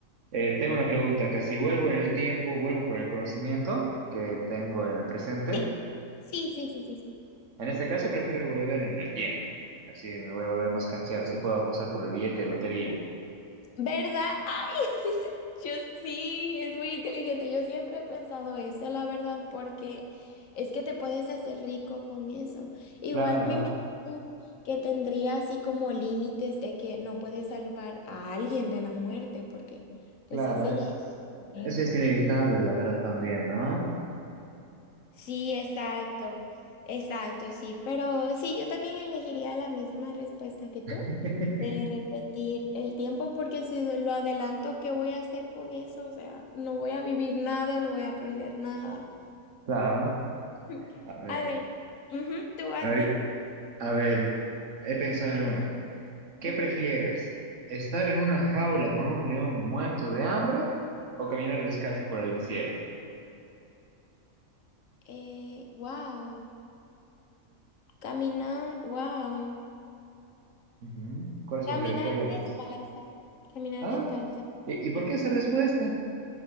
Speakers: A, on the right; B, on the left.
A: eh, tengo una pregunta acá. Si vuelvo en el tiempo, vuelvo con el conocimiento que tengo en el presente.
B: Sí, sí, sí, sí, sí, sí.
A: En este caso, prefiero volver en el tiempo. Así me voy a volver más canchero. Así puedo apostar por el billete de lotería.
B: ¿Verdad? Ay, <laughs> yo sí, es muy inteligente. Yo siempre he pensado eso, la verdad, porque es que te puedes hacer rico con eso. Igual
A: claro,
B: me imagino que tendría así como límites de que no puedes salvar a alguien de la muerte, porque
A: claro,
B: pues ese
A: es,
B: ya es un
A: Eso
B: tema.
A: es inevitable, la verdad, también, ¿no?
B: Sí, exacto, exacto, sí, pero sí, yo también elegiría la misma respuesta que tú,
A: <laughs>
B: de repetir el tiempo, porque si lo adelanto, ¿qué voy a hacer con eso? O sea, no voy a vivir nada, no voy a aprender nada.
A: Claro.
B: <laughs>
A: A ver,
B: A ver, ujú, tú hazme
A: a ver,
B: uno.
A: a ver, he pensado en una. ¿Qué
B: Ujú.
A: prefieres? ¿Estar en una jaula con un león muerto de hambre o caminar descalzo por el desierto?
B: Eh, wow, caminar, wow,
A: Ujú. ¿Cuál escogerías?
B: caminar
A: ¿Cuál de las
B: descalza,
A: dos?
B: caminar
A: ¿Ah?
B: descalza,
A: ¿Y, y por
B: ¿cierto?
A: qué esa respuesta?